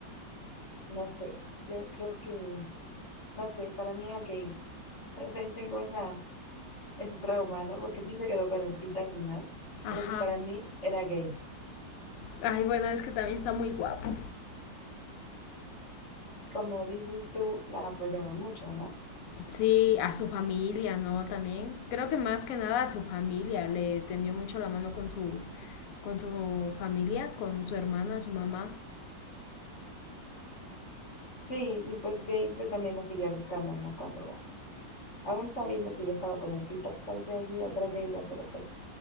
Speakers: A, on the left; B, on the left.
A: No sé. Yo creo que, no sé, para mí era Gale. <laughs> Yo sé, tengo esa, ese trauma, ¿no? Porque sí se quedó con el Pita al final. Creo
B: Ajá.
A: que para mí era Gale.
B: Ay, bueno, es que también está muy guapo.
A: Y como dices tú, la apoyaba mucho, ¿no?
B: Sí, a su familia, ¿no? También. Creo que más que nada a su familia. Le tendió mucho la mano con su, con su familia, con su hermana, su mamá.
A: Sí, y pues Gale pues también lo seguía buscando, ¿no? Cuando, aún sabiendo que ya estaba con el Pita, pues ahí fue allí atrás de ella, pero pues